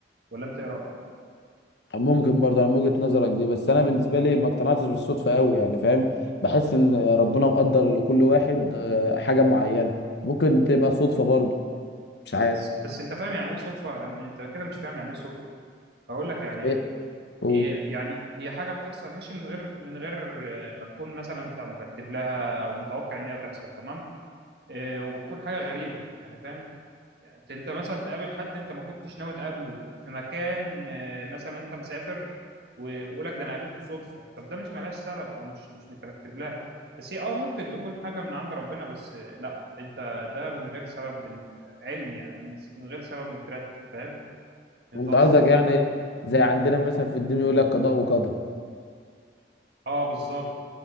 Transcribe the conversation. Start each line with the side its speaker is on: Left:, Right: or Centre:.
Right: ولا انت ايه رايك
Left: ممكن برضه على وجهة نظرك دي بس انا بالنسبه لي ما اقتنعتش بالصدفه قوي يعني فاهم بحس ان ربنا مقدر لكل واحد آه، حاجه معينه ممكن تبقى صدفه برضه مش عارف
Right: بس بس انت فاهم يعني ايه صدفه لما انت كده مش فاهم يعني ايه صدفه هقول لك يعني ايه
Left: ايه قول.
Right: هي- يعني هي حاجه بتحصل ماشي من غير من غير آه، ما تكون مثلا انت مرتب لها او متوقع ان هي تحصل تمام آه، وبتكون حاجه غريبه يعني فاهم يعني انت مثلا تقابل حد انت ما كنتش ناوي تقابله في مكان آه، مثلا انت مسافر ويقول لك ده انا قابلته صدفه طب ده مش ملهاش سبب او مش مش مترتب لها بس هي اه ممكن تكون حاجه من عند ربنا بس آه، لا انت ده من غير سبب علمي يعني او من من غير سبب مترتب فاهم انت
Left: انت
Right: قصدي
Left: قصدك يعني زي عندنا مثلا في الدين يقول لك قضاء وقدر
Right: اه بالظبط